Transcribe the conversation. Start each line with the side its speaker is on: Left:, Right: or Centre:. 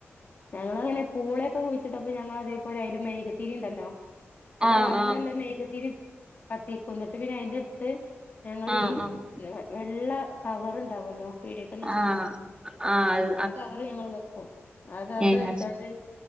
Left: ഞങ്ങങ്ങനെ പൂളൊക്കെ കുഴിച്ചിട്ടപ്പപ്പോ ഞങ്ങൾ അതേപലെ അയ്ല് മേഗ്ത്തീരി ഇണ്ടല്ലോ നല്ല
Right: ആഹ്
Left: വണ്ണല്ല
Right: ആഹ്
Left: മെഴുകുതിരി കത്തിക്കും എന്നിട്ട് പിന്നെ അയിൻ്റെ ഞങ്ങള്
Right: ആഹ്
Left: ഈ വെള്ള കവർ ഇണ്ടാവല്ലോ പീടിയൊക്കന്ന് കിട്ടണെ
Right: ആഹ് ആഹ് ആഹ് അയ്
Left: ആ കവറ് ഞങ്ങള് വെക്കും ആ കവറ്
Right: ആഹ്
Left: വെച്ചോണ്ട്